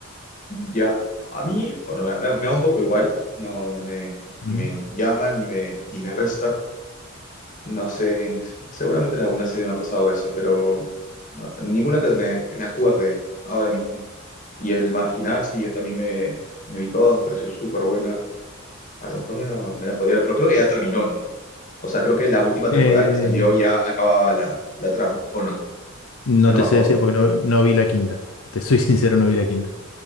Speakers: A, on the left (about 35°); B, on the left (about 75°).
A: Ya, a mí, bueno, me, me- me da un poco igual, no, no me, ni
B: Ujú.
A: me llama, ni me, ni me resta. No sé, en- seguramente en alguna serie me ha pasado eso, pero ah, ninguna que me, que me acuerde ahora mismo. Y el Marginal, sí, yo también me, me vi todas, me pareció súper buena. A lo mejor me la, me la podría ver, pero creo que ya terminó, ¿no? O sea, creo que la última temporada
B: Eh,
A: que salió ya acababa la, la trama, ¿o no?
B: no
A: Que no
B: te
A: me
B: sé
A: acuerdo.
B: decir porque no, no vi la quinta. Te soy <laughs> sincero, no vi la quinta.